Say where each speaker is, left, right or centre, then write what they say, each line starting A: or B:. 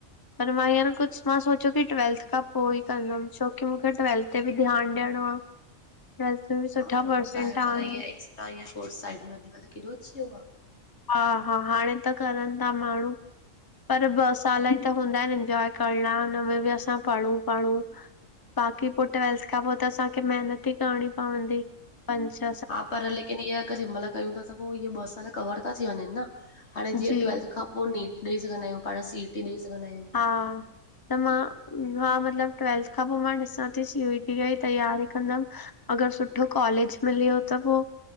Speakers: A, on the left; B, on the left.
A: पर मां हींअर कुझु मां सोचियो की ट्वेल्थ खां पोइ ई कंदमि छोकी मूंखे ट्वेल्थ उते बि ध्यानु ॾियणो आ। बि सुठा
B: हा उहो
A: परसट
B: आहे पर
A: आडु
B: ईअं एक्स्ट्रा त साइड अुकल्ह केॾोची वियो आ।
A: हा -हा हाणे त करनि था माण्हू। पर ॿ साल ई त हूंदा आहिनि इंजॉय करणा हुनमें बि असां पढ़ु- पढु बाक़ी पोइ ट्वैेल्थ खां पोइ त असांखे महिनत ई करणी पवंदी। पंच छ
B: हा पर लेकिन इअ अ जंहिं महिल कयूं था त पोइ इहे ॿ साल कवर था थी वञनि न हाणे जीअं
A: जी
B: ट्वेल्थ खां पोइ नीट ॾेई सघंदा आहियूं पाण सी टी ॾेई सघंदा आहियूं
A: हा त मां हा मतलब ट्वेल्थ खां पोइ मां ॾिसां थी सीईटी ई तयारी कंदमि। अगरि सुठो कॉलेज मिलियो त पोइ